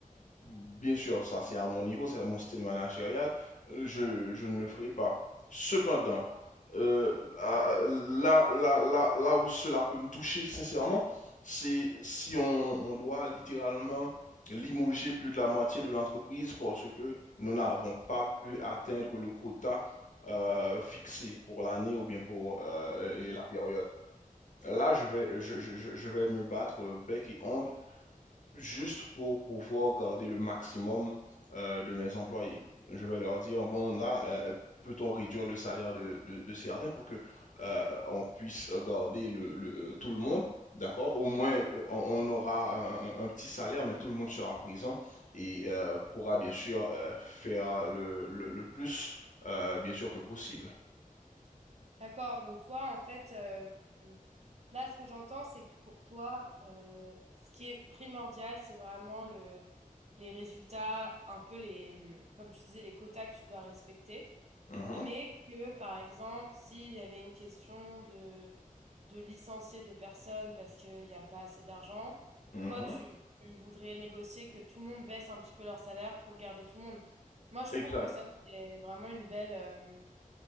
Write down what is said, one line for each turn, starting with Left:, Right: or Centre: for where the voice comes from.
Left: bien sûr, ça c'est à mon niveau, c'est mon style managérial, euh, je, je ne le ferai pas. Cependant,
Right: D'accord.
Left: euh, à- là, là, là, là où cela peut me toucher, sincèrement, c'est si on, on doit littéralement limoger plus de la moitié de l'entreprise parce que nous n'avons pas pu atteindre le quota euh, fixé pour l'année ou bien pour euh,
Right: hmm,
Left: la période. Là, je vais, je, je- je- je vais me battre bec et ongle juste pour pouvoir garder le maximum euh, de mes employés. Je vais leur dire, bon, là, euh, peut-on réduire le salaire de, de- de certains pour que euh, on puisse garder le, le- euh, tout le monde, d'accord? Au moins,
Right: D'accord.
Left: euh, on, on aura un, un- petit salaire, mais tout le monde sera présent et euh, pourra bien sûr euh, faire le, le- le plus, euh, bien sûr, que possible.
Right: D'accord. Donc toi, en fait, euh, là, ce que j'entends, c'est que pour toi, euh, ce qui est primordial, c'est vraiment le, les résultats, un peu les, hum, comme tu disais, les quotas que tu dois respecter.
Left: Mhm,
Right: Mais que, par exemple, s'il y avait une question de licencier des personnes parce qu'il n'y a pas assez d'argent.
Left: mhm.
Right: Toi, tu, tu voudrais négocier que tout le monde baisse un petit peu leur salaire pour garder tout le monde. Moi, je
Left: Exact.
Right: trouve que ça, c'est vraiment une belle, euh,